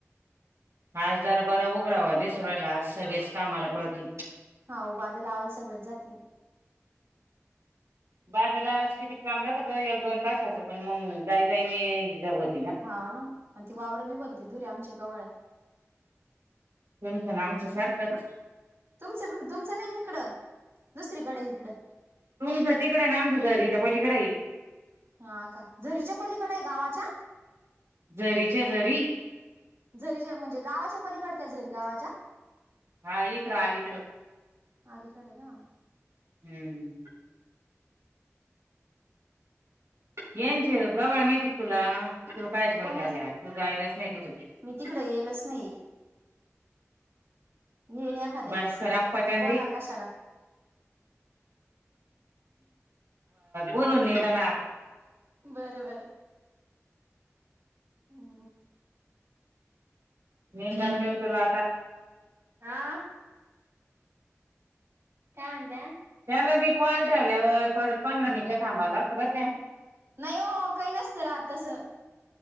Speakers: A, on the right; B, on the right.
A: आज जरा बरा उघडावा दिस राहिला आज सगळेच कामाला पळती
B: हो बाध लावायला सगळेच जातील
A: बादल आवाज किती काम रात एक दोन तासाचं पण मग जाई जाई नाही जावत
B: हा ना आणि ती वावर बी बोलते द धुरीे आमच्या गवाळ्यात
A: तेमचा ना आमचं सरकारच
B: तुमच तुमचं नाही निकड दुसरीकडे इिकड
A: तुमचं तिकडे आहे ना आमचं घरीच्या पहिलीकडे येईल
B: हा का झरीच्या पलीकडे आहे गावाच्या
A: झरीचे झरी
B: झरीच्या म्हणजे गावाच्या पलीकडत्या झरी गावाच्या
A: हा इकड आकड
B: अलीकडे का
A: हम्म येनचेर गवाळ मे त तुला तुला कायच माहिती
B: कोणाच
A: आल्या तू गयलाच नाही त त
B: मी तिकड येलच नाही येईन एखाद्या
A: बस
B: वेळेस
A: खराचंद
B: बोला कशाला
A: बोलून नंदाला
B: बरं होम
A: निध होतला आता
B: आ काय म्हत
A: त्याला मी कॉल ठेवल्यावर परत पंधरा मिनिटं थांबावं लागतं बरं काय
B: नाही हो काही नसतं राहत तस